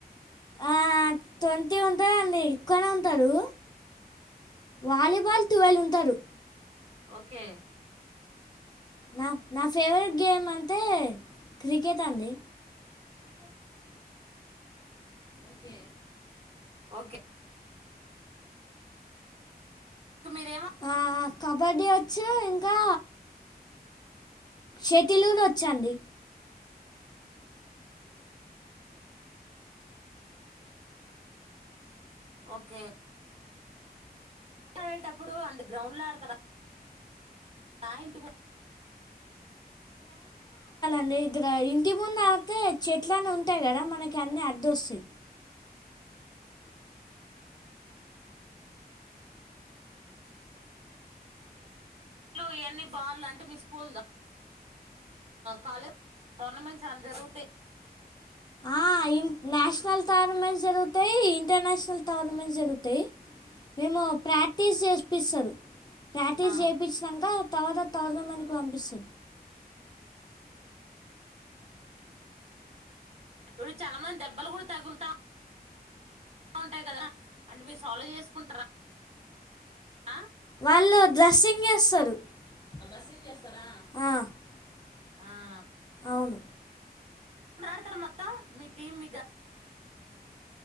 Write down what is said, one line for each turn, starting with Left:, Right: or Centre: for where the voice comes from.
Left: ఆ తొంటి ఉంటదండి ఎక్కువనే ఉంటారు వాలీబాల్ ట్వెల్వ్ ఉంటారు
Right: ఓకే
Left: నా నా ఫేవరెట్ గేమ్ అంటే క్రికెట్ అండి
Right: మేక
Left: ఓకే
Right: ఓకే తో మీరేం
Left: ఆ, కబడ్డీ వచ్చు ఇంకా షటిల్ కూడా వచ్చండి
Right: ఓకే అడేటప్పుడు అంటే గ్రౌండ్ లో ఆడతార ఆ ఇంటి ముందు
Left: అంటే ఇ ఇంటి ముందు ఆతే చెట్లనే ఉంటాయి కదా మనకి దోసి
Right: ఇళ్లు ఇవన్నీ బార్లు అంటే మీ స్కూల్ ద కాలేజ్ టోర్నమెంట్స్ ఏమైనా జరుగుతయ్
Left: ఆ ఇ నేషనల్ టోర్నమెంట్ జరుగు ఉంటయి ఇంటర్నేషనల్ టోర్నమెంట్స్ జరుగుతాయి మేము ప్రా టీస్ చేస్పిస్తురు టీస్
Right: ఆ,
Left: చేపించినక తర్వాత టోర్నమెంట్ కి పంపిస్తు
Right: ఇప్పుడు చాలా మంది దెబ్బలు కూడా తగులుతా బా ఉంటాయి కదా అంటే మీరు సాల్వ్ చేసుకుంటారా ఆ
Left: వాళ్ళు <inaudible>
Right: ఆ
Left: అవును
Right: ఇప్పుడు ఆడతారు మొత్తం మీ టీమ్ ఇగ